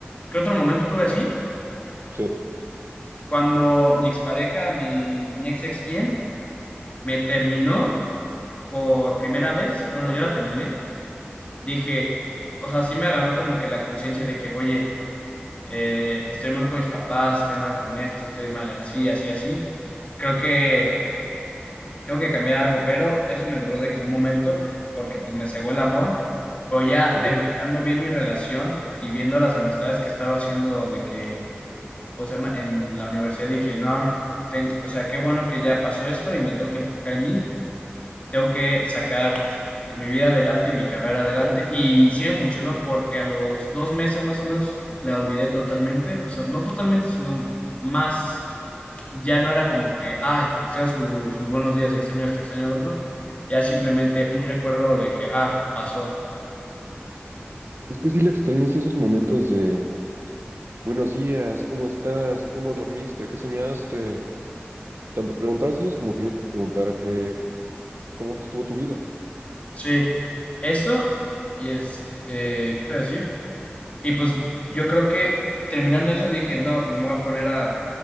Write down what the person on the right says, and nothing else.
Sí.
Ujú.
Es que sí le extrañas esos momentos de buenos días, ¿cómo estás? ¿Cómo dormiste? ¿Qué soñaste? Tanto preguntárselos como que ella te preguntara que, ¿cómo estuvo tu vida?